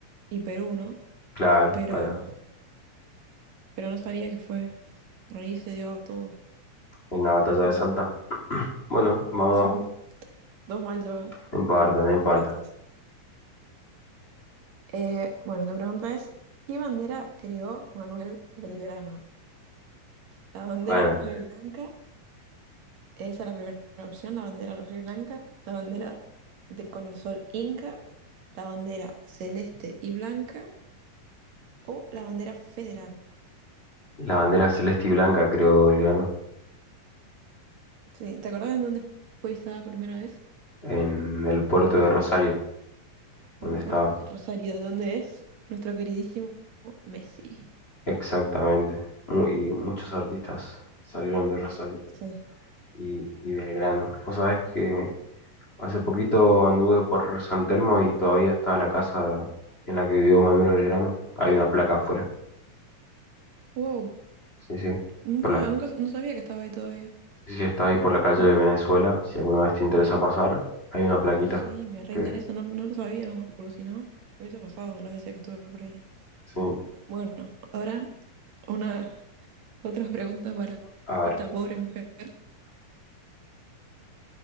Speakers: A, on the right; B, on the left.
A: y Perú, ¿no?
B: claro,
A: Pero,
B: para
A: pero no sabía que fue, ahí se dio todo.
B: en la batalla de
A: Bueno,
B: Salta. <clears throat> Bueno, vamos
A: dos, dos mal yo, ¿eh?
B: en parte,
A: Voy
B: no importa.
A: para atrás. Eh, bueno, tu pregunta es, ¿qué bandera creó Manuel Belgrano? ¿La bandera
B: Bueno,
A: roja y blanca, Esa es la primera opción, la bandera roja y blanca, la bandera de, con el sol inca, la bandera celeste y blanca o la bandera federal.
B: la bandera celeste y blanca, creo, Belgrano,
A: Sí, ¿te acordás en dónde fue izada por primera vez?
B: en el puerto de Rosario, donde
A: El
B: estaba.
A: puerto de Rosario, de donde es nuestro queridísimo Messi.
B: Exactamente. Mu- Y muchos artistas salieron de Rosario
A: Sí.
B: y, y Belgrano. Vos sabés que Hace poquito anduve por San Telmo y todavía estaba la casa en la que vivió Manuel Belgrano. Hay una placa afuera.
A: Wow,
B: Sí, sí.
A: nunca,
B: Por la...
A: nunca, no sabía que estaba ahí todavía.
B: Sí, sí, está ahí por la calle
A: Nu-
B: de Venezuela. Si alguna vez te interesa pasar, hay una plaquita.
A: Sí, me reinteresa,
B: Que...
A: no, no lo sabía nomás, porque si no, hubiese pasado las veces que estuve por ahí.
B: Sí.
A: Bueno, ahora una. Otra <laughs> pregunta para
B: A ver.
A: esta pobre mujer.